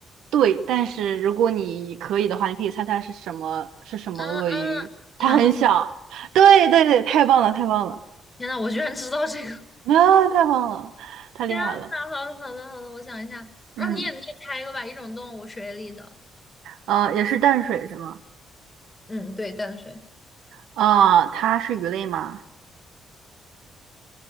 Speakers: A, on the right (about 80°); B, on the left (about 20°).
A: 对，但是如果你可以的话，你可以猜它是什么是什么鳄鱼。
B: 啊啊，
A: 它很小，
B: 杨紫，
A: 对对对，太棒了，太棒了，
B: 天呐，我居然知道这个！<laughs>
A: 啊，太棒了，太厉害了。
B: 天呐，好的好的好的，我想一下，
A: 嗯，
B: 啊，你也你也猜一个吧，一种动物，水里的，
A: 呃，也是淡水是吗？
B: 嗯，对，淡水。
A: 啊、它是鱼类吗？